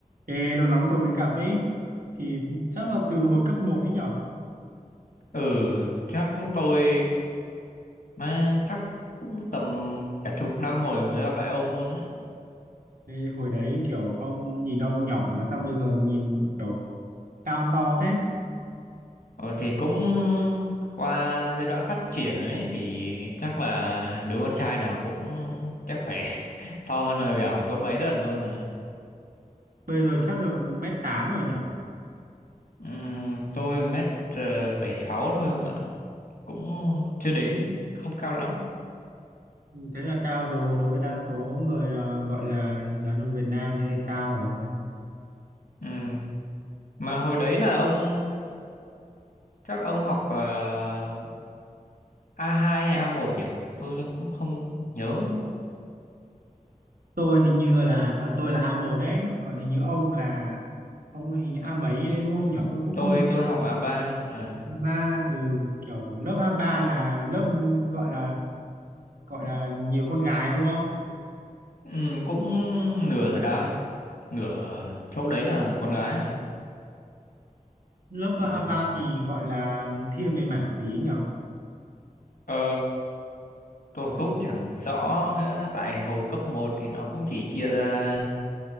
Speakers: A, on the right; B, on the left.
A: Ê, lâu lắm rồi mới gặp ấy thì chắc là từ hồi cấp một ấy nhở
B: ừ chắc tôi mà chắc cũng tầm cả chục năm rồi mới gặp lại ông luôn ấy
A: Ê, hồi đấy kiểu ông nhìn ông nhỏ mà sao bây giờ nhìn kiểu cao to thế
B: rồi thì cũng qua giai đoạn phát triển ấy thì chắc là đứa con trai nào cũng chắc phải <laughs> to hơn hồi nhỏ có mấy lần luôn rồi
A: bây giờ chắc được mét tám rồi nhở
B: Ừm, tôi mét ờ, bảy sáu thôi không ạ cũng chưa đến không cao lắm
A: thế là cao rồi đối với đa số người ờ, gọi là đàn ông Việt Nam thế thì cao rồi
B: Ừm, mà hồi đấy là ông chắc ông học ờ, a hai hay a một nhỉ tôi cũng không nhớ nữa
A: tôi hình như là à, tôi là a một đấy còn hình như ông là ông hình như A mấy đấy đúng không nhở tôi cũng
B: tôi
A: không
B: tôi học a ba ờ,
A: ba ừ kiểu lớp a ba là lớp gọi là gọi là nhiều con gái đúng không
B: ừ, cũng nửa đá nửa chỗ đấy là con gái à
A: lớp
B: ờ,
A: ba ba thì gọi là thiên về mảng gì ấy nhỉ
B: ờ, tôi cũng chẳng rõ nữa tại hồi cấp một thì nó cũng chỉ chia ra